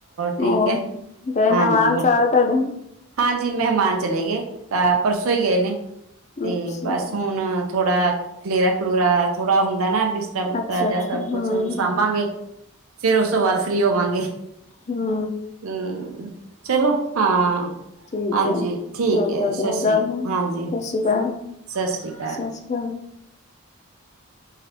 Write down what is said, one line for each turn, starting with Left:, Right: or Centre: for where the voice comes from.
Right: ਠੀਕ
Left: ਹੋਰ,
Right: ਹੈ
Left: ਗਏ ਮਹਿਮਾਨ,
Right: ਹਾਂਜੀ ਬਸ
Left: ਸਾਰੇ ਤੁਹਾਡੇ।
Right: ਹਾਂਜੀ ਮਹਿਮਾਨ ਚਲੇ ਗਏ, ਪਰਸੋਂ ਹੀ ਗਏ ਨੇ, ਤੇ
Left: ਅੱਛਾ
Right: ਬਸ ਹੁਣ ਥੋੜਾ ਖਲੇਰਾ ਖਲੂਰਾ, ਥੋੜਾ ਹੁੰਦਾ ਨਾ ਦਿਸ ਰਾ, ਬਿਸਤਰਾ ਬਿਸਤੂਰਾ
Left: ਅੱਛਾ ਅੱਛਾ
Right: ਜਾਂ ਸਭ
Left: ਹਮ
Right: ਕੁਛ ਹੁਣ ਸਾਂਭਾਂਗੇ, ਫਿਰ ਉਸ ਤੋਂ ਬਾਅਦ ਫ੍ਰੀ ਹੋਵਾਂਗੇ।
Left: ਹੂ
Right: ਹੂ, ਚਲੋ ਹਾਂ
Left: ਠੀਕ
Right: ਹਾਂਜੀ
Left: ਹੈ,
Right: ਠੀਕ
Left: ਫੇਰ
Right: ਹੈ
Left: ਕਰਦੇ
Right: ਸਤਿ
Left: ਆ
Right: ਸ੍ਰੀ
Left: ਗੱਲ, ਸਤਿ
Right: ਹਾਂਜੀ
Left: ਸ੍ਰੀ ਅਕਾਲ,
Right: ਸਤਿ ਸ੍ਰੀ ਅਕਾਲ
Left: ਸਤੀ ਹਾਂ